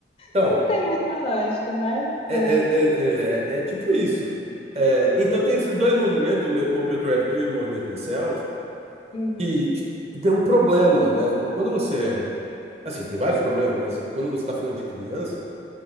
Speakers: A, on the right; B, on the left.
A: Então,
B: não tem muita lógica, mas...
A: É,
B: é.
A: é- é- é- é tipo isso. É, então tem esses dois movimentos, o me- movimento Red Pill e o movimento Incel,
B: Uhum,
A: que, que tem um problema, né? Quando você. Assim, tem vários problemas, mas quando você está falando de criança,